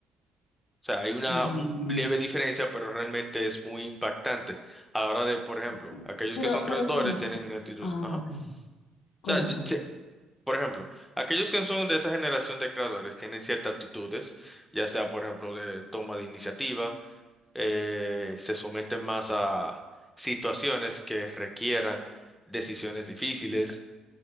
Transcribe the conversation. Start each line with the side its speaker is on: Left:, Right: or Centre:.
Centre: O sea, hay una
Left: mm,
Centre: un- leve diferencia, pero realmente es muy impactante a la hora de, por ejemplo,
Left: cu-
Centre: aquellos
Left: Pero,
Centre: que son creadores
Left: pero ¿cómo?
Centre: tienen actitudes.
Left: Ah,
Centre: Ajá.
Left: ok.
Centre: O
Left: ¿Cómo,
Centre: sea, ye-
Left: cómo?
Centre: che- por ejemplo, aquellos que son de esa generación de creadores tienen ciertas aptitudes, ya sea, por ejemplo, de toma de iniciativa, eh, se someten más a situaciones que requieran decisiones difíciles,